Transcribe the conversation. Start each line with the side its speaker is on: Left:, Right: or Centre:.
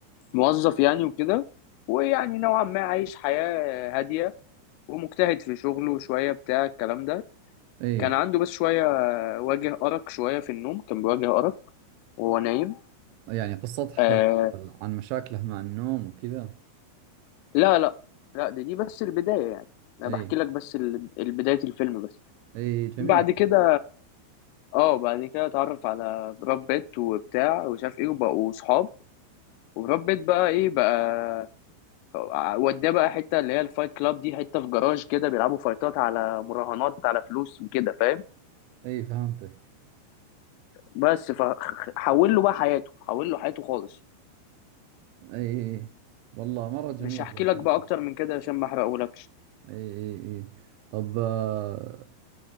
Left: موظف يعني وكده ويعني نوعا ما عايش حياة هادية ومجتهد في شغله شوية بتاع الكلام ده
Right: اي
Left: كان عنده بس شوية واجه أرق شوية في النوم كان بيواجه أرق وهو نايم
Right: يعني قصتها
Left: آه
Right: عن مشاكله مع النوم وكذا
Left: لا لا لا ده دي بس البداية يعني أنا
Right: اي
Left: بحكي لك بس ال- البداية الفيلم بس
Right: اي جميل
Left: بعد كده اه بعد كده اتعرف على براد بيت وبتاع وشاف ايه وبقوا صحاب وبراد بيت بقى ايه بقى وداه بقى حته اللي هي الفايت كلاب دي حته في جراج كده بيلعبوا فايتات على مراهنات على فلوس وكده فاهم
Right: اي فهمتك
Left: بس فحول له بقى حياته حول له حياته خالص
Right: اي والله مرة جميل
Left: مش هحكي
Right: ذا الفيلم
Left: لك بقى اكتر من كده عشان ما احرقهولكش
Right: اي اي اي طب آه،